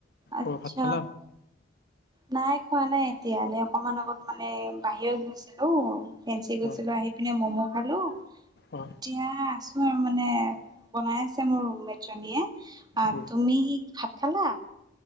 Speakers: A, on the right (about 20°); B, on the left (about 60°).
A: আচ্ছা।
B: অ ভাত খালা
A: নাই খোৱা নাই এতিয়ালে অকমান আগত মানে বাহিৰত গৈছিলোঁ। ফেঞ্চি গৈছিলোঁ
B: অ
A: আহি পিনে ম'ম' খালোঁ
B: অ
A: এতিয়া আছোঁ আৰু মানে বনাই আছে মোৰ ৰুমমেট জনীয়ে। আহ,
B: উম
A: তুমি ভাত খালা?